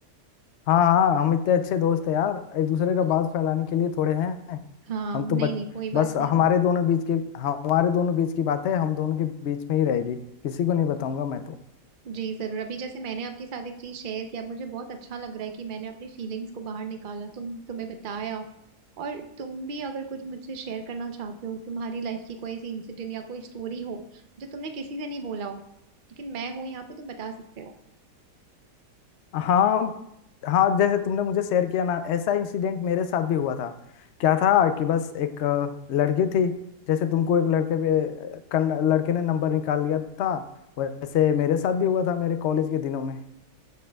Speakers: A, on the left (about 80°); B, on the right (about 65°).
A: हाँ हाँ हम इतने अच्छे दोस्त हैं यार एक दूसरे का बात फैलाने के लिए थोड़े हैं
B: हाँ
A: हम
B: नहीं
A: तो बच,
B: नहीं कोई
A: बस
B: बात नहीं
A: हमारे दोनों बीच की हमारे दोनों बीच की बात है हम दोनों के बीच में ही रहेगी किसी को नहीं बताऊंगा मैं तो
B: जी जरूर अभी जैसे मैंने आपके साथ एक चीज शेयर किया मुझे बहुत अच्छा लग रहा है कि मैंने अपनी फीलिंग्स को बाहर निकाला तुम तुम्हें बताया और तुम भी अगर कुछ मुझसे शेयर करना चाहते हो तुम्हारी लाइफ की कोई ऐसी इंसिडेंट या कोई स्टोरी हो जो तुमने किसी से नहीं बोला हो लेकिन मैं हूं यहाँ पे तुम बता सकते हो
A: हाँ हाँ जैसे तुमने मुझे शेयर किया ना ऐसा इंसिडेंट मेरे साथ भी हुआ था क्या था कि बस एक अ, लड़की थी जैसे तुमको एक लड़के पे- कन- लड़के ने नंबर निकाल लिया था वैसे मेरे साथ भी हुआ था मेरे कॉलेज के दिनों में